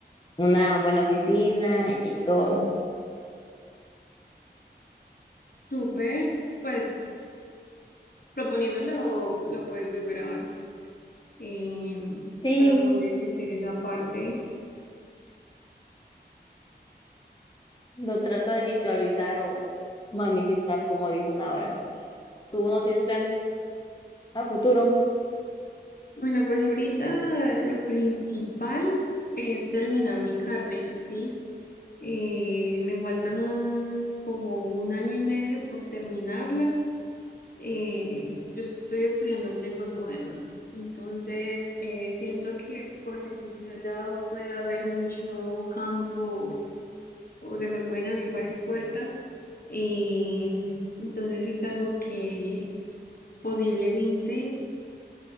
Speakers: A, on the left; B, on the left.
A: una buena oficina y todo.
B: Súper, pues proponiéndolo lo puedes lograr em,
A: Sí,
B: para poder ejercer esa parte.
A: lo trato de visualizar o manifestar como dicen ahora. ¿Tú no tienes planes a futuro?
B: Bueno, pues ahorita lo principal es terminar mi carrera, ¿sí? Eh, me faltan como un año y medio por terminarla. Eh, yo estoy estudiando lenguas modernas, entonces eh, siento que por ese lado puede haber mucho campo o se me pueden abrir varias puertas. Eh, entonces es algo que posiblemente...